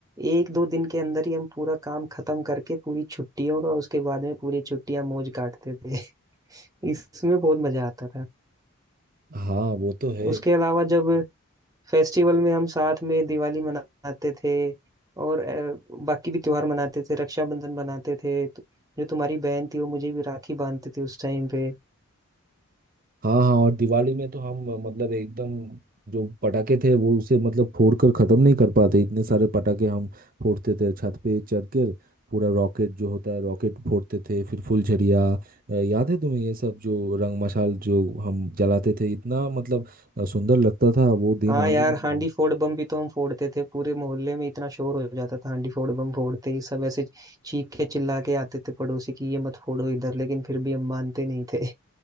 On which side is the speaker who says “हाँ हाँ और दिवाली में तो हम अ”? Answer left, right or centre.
Right